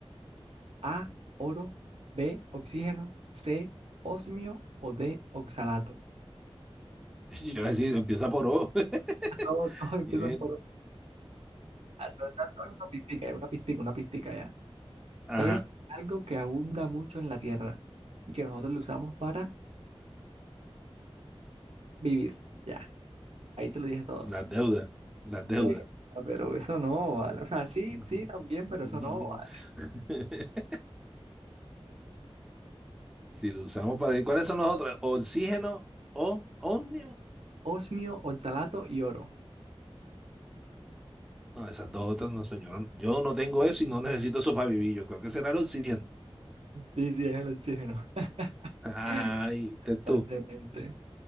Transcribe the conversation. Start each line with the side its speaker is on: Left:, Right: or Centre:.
Right: A, oro, B, oxígeno, C, osmio o D, oxalato.
Centre: Yo iba a decir, empieza por O. <laughs>
Right: <laughs> Todos, todos empiezan
Centre: Bien.
Right: por O. Ah, todo- todo- todo es una pistica, es una pistica, una pistica ya.
Centre: Ajá,
Right: Es algo que abunda mucho en la Tierra y que nosotros lo usamos para vivir. Ya, ahí te lo dije todo.
Centre: las deudas, las deudas.
Right: Bien. Ah, Pero eso no vale. O sea, sí,
Centre: <laughs>
Right: sí, también, pero eso no vale.
Centre: Si lo usamos para... ¿y ¿Cuáles son los otros? Oxígeno o ómnio.
Right: Osmio, oxalato y oro.
Centre: No, esas dos otras no, señor. Yo no tengo eso y no necesito eso para vivir. Yo creo que será el oxígeno.
Right: Sí, sí, es el oxígeno. <laughs>
Centre: <laughs> Ay, viste
Right: Estás
Centre: tú.
Right: demente.
Centre: <laughs>